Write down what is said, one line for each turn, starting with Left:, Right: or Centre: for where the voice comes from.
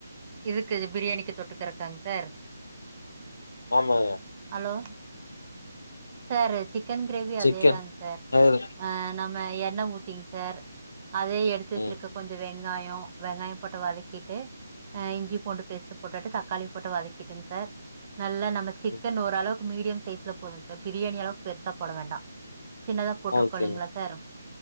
Right: இதுக்கு பிரியாணிக்கு தொட்டுக்குறக்காங்க சார்
Left: ஆமாங்க
Right: hello sir chicken gravy அதே
Left: சிக்கன்
Right: தாங்க சார்
Left: வேற.
Right: ஆ நம்ம எண்ணெ ஊத்திங்க சார் அதே எடுத் து வச்சிருக்க
Left: ம்,
Right: கொஞ்ச வெங்காய வெங்காயம் போட்டு வதக்கிட்டு ஆ இஞ்சி பூண்டு பேஸ்ட்டு போட்டுட்டு தக்காளி போட்டு வதக்கிட்டுங்க சார் நல்லா நம்ம சிக்கன்
Left: ம்.
Right: ஓரளவுக்கு மீடியம் சைஸ்ல போதுங்க சார் பிரியாணி அளவுக்கு பெருசா போட வேண்டா சின்னதா போட்டிருக்கோ
Left: ஓகேங்க.
Right: இல்லீங்களா சார்